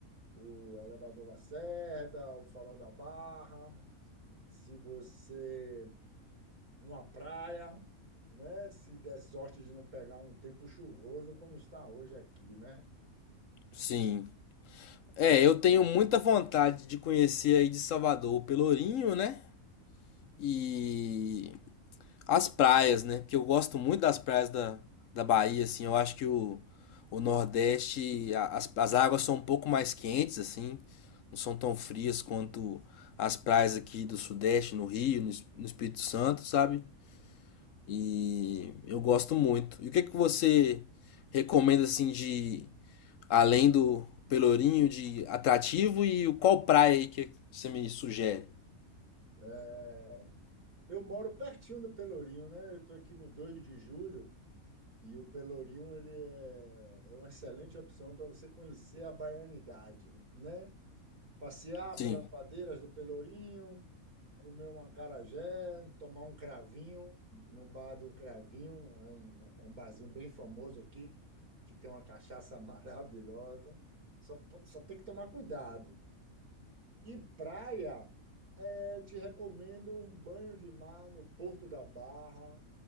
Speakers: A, on the right (about 80°); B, on the left (about 65°).
A: O Elevador Lacerda, o Farol da Barra. se você uma praia, né? Se der sorte de não pegar um tempo chuvoso como está hoje aqui, né?
B: Sim. É, eu tenho muita vontade de conhecer aí de Salvador o Pelourinho, né? E As praias, né? Porque eu gosto muito das praias da, da Bahia, assim. Eu acho que o, o Nordeste, a- as, as águas são um pouco mais quentes, assim. Não são tão frias quanto as praias aqui do Sudeste, no Rio, no, Es- no Espírito Santo, sabe? E eu gosto muito. E o que que você recomenda, assim, de... Além do Pelourinho, de atrativo e o qual praia aí que você me sugere?
A: É, Eu moro pertinho do Pelourinho, né? Eu estou aqui no dois de julho e o Pelourinho ele é, é uma excelente opção para você conhecer a baianidade, né? Passear
B: Sim.
A: pelas ladeiras do Pelourinho, Comer um acarajé, tomar um cravinho no bar do Cravinho, é um, é um barzinho bem famoso aqui, que tem uma cachaça <laughs> maravilhosa. Só, po- só tem que tomar cuidado. E praia, eu te recomendo um banho de mar no Porto da Barra.